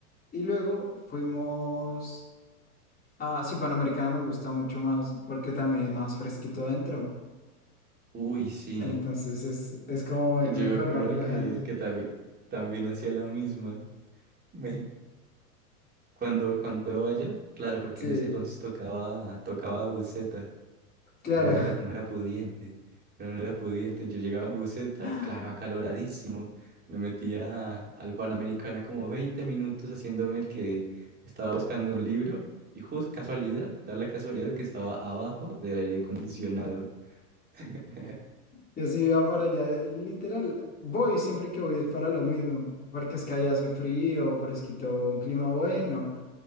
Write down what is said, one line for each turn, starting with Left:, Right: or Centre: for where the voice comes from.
Left: y luego fuimos a, sí, Panamericana me gusta mucho más porque también es más fresquito adentro.
Right: Uy, sí.
Left: Entonces es, es como me-
Right: Yo
Left: mejor,
Right: me acuerdo
Left: más relajante.
Right: que, que también, también hacía la misma. Me- Cuando, cuando yo vaya, claro, porque
Left: Sí,
Right: en ese entonces tocaba, tocaba buceta.
Left: claro.
Right: Uno no era, no era pudiente, uno no era pudiente. Yo llegaba en buseta
Left: <laughs>
Right: y claro, acaloradísimo. Me metía al Panamericana como 20 minutos haciéndome el que estaba buscando un libro y justo casualidad, da la casualidad que estaba abajo del aire acondicionado. <laughs>
Left: Yo sí iba para allá, literal, voy siempre que voy es para lo mismo, porque es que allá hace frío, fresquito, un clima bueno,